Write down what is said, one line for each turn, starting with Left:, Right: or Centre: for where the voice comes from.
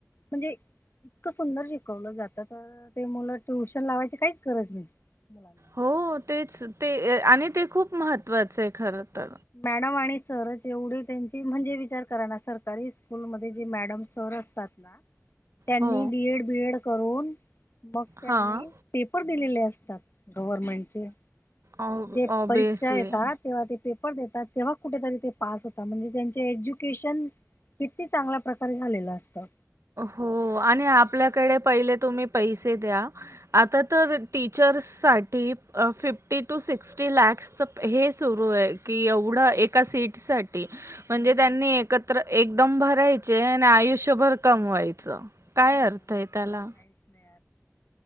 Left: म्हणजे इतकं सुंदर शिकवलं जातं तर ते मुलं शिकवणे लावायची काहीच गरज नाही मुलांना
Right: हो तेच ते आणि ते खूप महत्त्वाचे खर तर
Left: मॅडम आणि सर जेवढी त्यांची म्हणजे विचार करा ना सरकारी स्कूलमध्ये जे मॅडम सर असतात ना त्यांनी
Right: हो
Left: बीएड डीएड करून मग त्यांनी
Right: हां
Left: पेपर दिलेले असतात गव्हर्नमेंट चे
Right: ऑ
Left: जे
Right: ऑबियसली
Left: परीक्षा येतात तेव्हा ते देतात तेव्हा कुठेतरी ते पास होतात म्हणजे त्यांचे एज्युकेशन किती चांगल्या प्रकारे झालेलं असतं
Right: हो आणि आपल्याकडे पहिले तुम्ही पैसे द्या आता तर शिक्षकाच्या नो पणांस ते साठ लाख भरायचे हे सुरू आहे की एवढं एका जागे साठी म्हणजे
Left: हम्म हम्म
Right: त्यांनी एकत्र एकदम भरायचे आणि आयुष्यभर कमवायचं काय
Left: हम्म
Right: अर्थ आहे त्याला
Left: काहीच नाही